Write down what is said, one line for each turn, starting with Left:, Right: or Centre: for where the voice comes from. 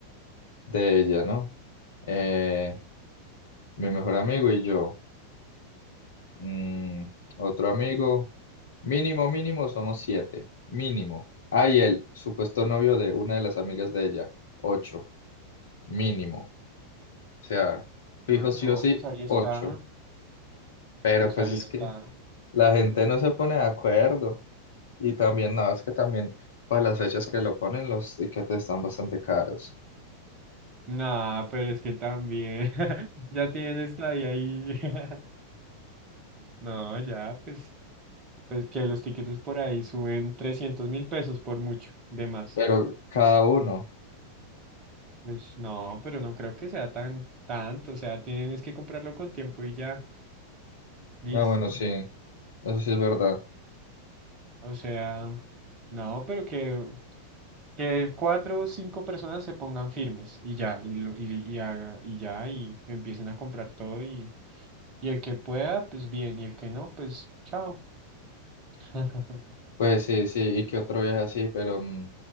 Left: de ella, ¿no? Eh, mi mejor amigo y yo. Mm, otro amigo. Mínimo, mínimo, somos siete. Mínimo. Ah, y el supuesto novio de una de las amigas de ella. Ocho. Mínimo. O sea, fijo
Right: Ah, no,
Left: sí o sí,
Right: pues ahí está,
Left: ocho. Pero
Right: pues
Left: pues
Right: ahí
Left: es
Right: está.
Left: que la gente no se pone de acuerdo. Y también, no, es que también para las fechas que lo ponen, los tiquetes están bastante caros.
Right: Nah, pero es que también, <laughs> ya tienen esta ahí, ahí. <laughs> No, ya, pues, pues que los tiquetes por ahí suben trescientos mil pesos por mucho, de más.
Left: Pero cada uno.
Right: Pues no, pero no creo que sea tan tanto, o sea, tienes que comprarlo con tiempo y ya, listo.
Left: No, bueno, sí. Eso sí es verdad.
Right: O sea, no, pero que, que cuatro o cinco personas se pongan firmes y ya, y, lo- y, y, haga- y ya, y empiecen a comprar todo y, y el que pueda, pues bien, y el que no, pues chao. <laughs>
Left: Pues sí, sí, y que otro viaje así, pero mm,